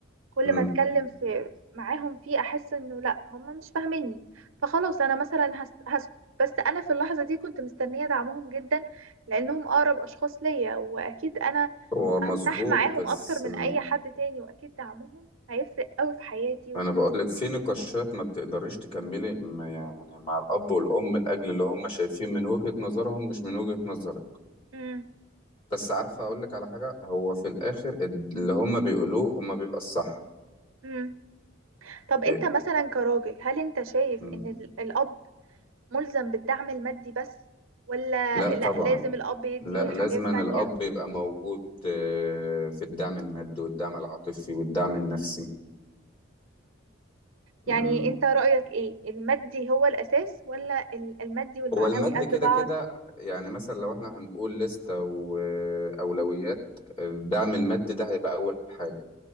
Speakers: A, on the right; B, on the left.
A: كل
B: امم
A: ما اتكلم في معاهم فيه احس انه لا هم مش فاهميني فخلاص انا مثلا هس- هسكت بس انا في اللحظه دي كنت مستنيه دعمهم جدا لانهم اقرب اشخاص ليا واكيد انا
B: هو
A: هرتاح
B: مظبوط
A: معاهم
B: بس
A: اكتر من اي حد تاني واكيد دعمهم هيفرق قوي في حياتي وفي
B: انا بقول
A: نفسيتي
B: لك في نقاشات ما بتقدريش تكملي ما يعني مع الاب والام لاجل اللي هم شايفين من وجهة نظرهم مش من وجهة نظرك
A: امم
B: بس عارفه اقول لك على حاجه هو في الاخر الد- اللي هم بيقولوه هم بيبقى الصح
A: امم طب انت
B: إيه؟
A: مثلا كراجل هل انت شايف
B: مم.
A: ان ال- الاب ملزم بالدعم المادي بس ولا
B: لا طبعا
A: لا لازم الاب يدي
B: لا
A: حاجات
B: لازما
A: تانية
B: الاب يبقى موجود آه، في الدعم المادي والدعم العاطفي والدعم النفسي مم.
A: يعني انت رأيك ايه المادي هو الأساس ولا ال- المادي والمعنوي
B: هو المادي
A: قد
B: كده
A: بعض
B: كده يعني مثلا لو احنا هنقول لستة وأولويات الدعم المادي ده هيبقى أول حاجة